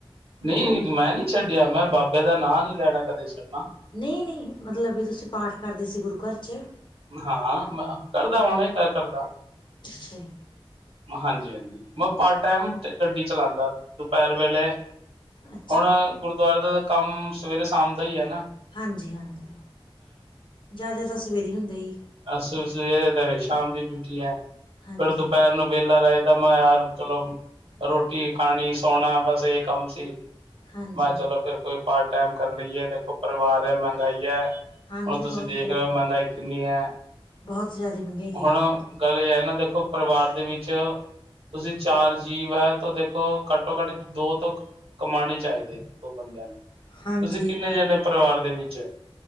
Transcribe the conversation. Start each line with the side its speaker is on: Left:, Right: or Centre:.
Right: ਨਈ ਨੀ ਮੈਂ ਨੀ ਛੱਡਿਆ ਮੈਂ ਬਾਬੇ ਦਾ ਨਾਂ ਨੀ ਲੈਣਾ ਕਦੇ ਛੱਡਣਾ।
Left: ਨਈ-ਨਈ ਮਤਲਬ ਵੀ ਤੁਸੀਂ ਪਾਠ ਕਰਦੇ ਸੀ ਗੁਰੂ ਘਰ 'ਚ।
Right: ਹਾਂ ਮਾ ਕਰਦਾ ਹੁਣੇ ਗਲ ਕਰਦਾ।
Left: ਅੱਛਾ ਜੀ।
Right: ਹਾਂਜੀ-ਹਾਂਜੀ ਮੈਂ ਪਾਰਟ ਟਾਈਮ ਗੱਡੀ ਚਲਾਉਦਾ ਦੁਪਹਿਰ ਵੇਲੇ
Left: ਅੱਛਾ
Right: ਹੁਣ
Left: ਜੀ
Right: ਗੁਰਦੁਆਰੇ ਦਾ ਕੰਮ ਸਵੇਰੇ ਸ਼ਾਮ ਦਾ ਈ ਐ ਨਾ।
Left: ਹਾਂਜੀ-ਹਾਂਜੀ, ਜ਼ਿਆਦਾ ਤਾਂ ਸਵੇਰੇ ਈ ਹੁੰਦਾ ਜੀ।
Right: ਅ ਸਵੇਰੇ ਦੇ ਸ਼ਾਮ ਦੀ ਡਿਊਟੀ ਏ
Left: ਹਾਂਜੀ
Right: ਫਿਰ ਦੁਪਹਿਰ ਨੂੰ ਵੈਹਲਾ ਰਹੇਦਾ ਮੈਂ ਯਾਰ ਚਲੋ ਰੋਟੀ ਖਾਣੀ ਸੌਣਾ ਬਸ ਇਹ ਕੰਮ ਸੀ।
Left: ਹਾਂਜੀ
Right: ਮੈਂ ਚਲੋ ਫਿਰ ਕੋਈ ਪਾਰਟ ਟਾਈਮ ਕਰ ਲਈਏ ਦੇਖੋ ਪਰਿਵਾਰ ਏ ਮਹਿੰਗਾਈ ਏ।
Left: ਹਾਂਜੀ
Right: ਹੁਣ ਤੁਸੀਂ
Left: ਬਹੁਤ
Right: ਦੇਖ
Left: ਜ਼ਿਆਦਾ
Right: ਰਹੇ ਓ ਮਹਿੰਗਾਈ ਕਿੰਨੀ ਏ,
Left: ਬਹੁਤ ਜ਼ਿਆਦਾ ਮਹਿੰਗਾਈ ਆਈ
Right: ਹੁਣ
Left: ਤਾਂ
Right: ਗੱਲ ਇਹ ਆ ਨਾ ਦੇਖੋ ਪਰਿਵਾਰ ਦੇ ਵਿੱਚ ਚ, ਤੁਸੀਂ ਚਾਰ ਜੀਵ ਐ ਤਾਂ ਦੇਖੋ ਘੱਟੋ ਘੱਟ ਦੋ ਤੋਂ ਕਮਾਣੇ ਚਹੀਦੇ ਐ, ਉਹ ਬੰਦਿਆਂ ਨੂੰ,
Left: ਹਾਂਜੀ
Right: ਤੁਸੀਂ ਕਿੰਨੇ ਜਣੇ ਪਰਿਵਾਰ ਦੇ ਵਿੱਚ?